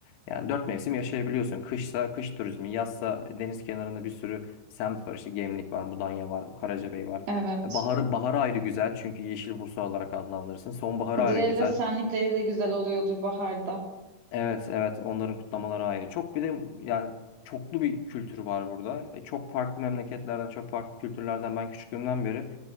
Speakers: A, on the left; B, on the right.
A: Yani dört mevsim yaşayabiliyorsun. Kışsa kış turizmi, yazsa deniz kenarında bir sürü semt var. İşte Gemlik var, Mudanya var, Karacabey var.
B: Evet.
A: E, Baharı, baharı ayrı güzel çünkü Yeşil Bursa olarak adlandırırsın. Sonbaharı
B: Kızılderili
A: ayrı güzel
B: senlikleri de güzel oluyordur baharda.
A: Evet, evet. Onların kutlamaları ayrı. Çok bir de yani çoklu bir kültürü var burada. E, çok farklı memleketlerden, çok farklı kültürlerden ben küçüklüğümden beri